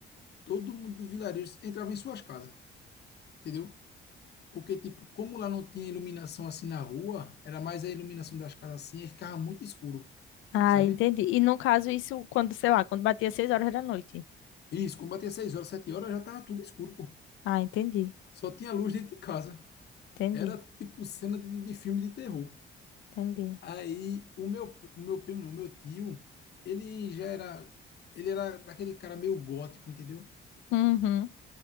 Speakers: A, on the left (about 55°); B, on the left (about 80°).
A: todo mundo do vilarejo entrava em suas casas, entendeu? Porque, tipo, como lá não tinha iluminação assim na rua, era mais a iluminação das casas assim, aí ficava muito escuro,
B: Ah,
A: sabe?
B: entendi. E no caso, isso quando, sei lá, quando batia seis horas da noite.
A: Isso, quando batia seis horas, sete horas, já tava tudo escuro, pô.
B: Ah, entendi.
A: Só tinha luz dentro de casa.
B: Entendi.
A: Era, tipo, cena de, de filme de terror.
B: Entendi.
A: Aí o meu, pr- o meu primo, não, o meu tio, ele já era, ele era daquele cara meio gótico, entendeu?
B: Uhum.